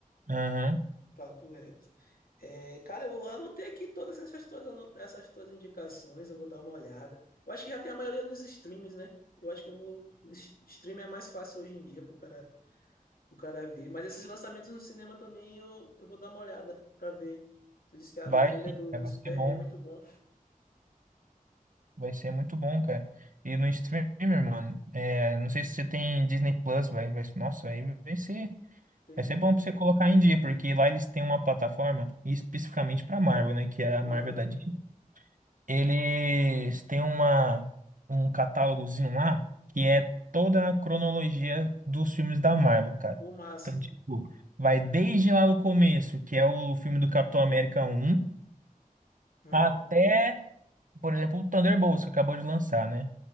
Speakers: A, on the right; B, on the left.
A: Aham.
B: Papo reto. É, cara, eu anotei aqui todas essas tuas, anota- essas tuas indicações, eu vou dar uma olhada. Eu acho que já tem a maioria nos streams, né? Eu acho que eu vou. es- Stream é mais fácil hoje em dia pro cara, o cara ver. Mas esses lançamentos no cinema também eu, eu vou dar uma olhada pra ver. Tu disse que a-
A: Vai
B: o trailer
A: sim,
B: do,
A: cara,
B: do
A: vai
B: Superman
A: ser bom.
B: é muito bom.
A: Vai ser muito bom, cara. E no streamer, mano, é, não sei se você tem Disney Plus, vai, vai, nossa, aí vai ser,
B: Tem,
A: vai ser
B: tem.
A: bom pra você colocar em dia, porque lá eles têm uma plataforma especificamente pra Marvel, né, que é a
B: Aham.
A: Marvel da Disney. Eles têm uma, um catálogozinho lá que é toda a cronologia dos filmes da Marvel, cara.
B: Pô, massa.
A: Então, tipo, vai desde lá do começo, que é o filme do Capitão América um
B: Aham.
A: até por exemplo, o Thunderbolts que acabou de lançar, né?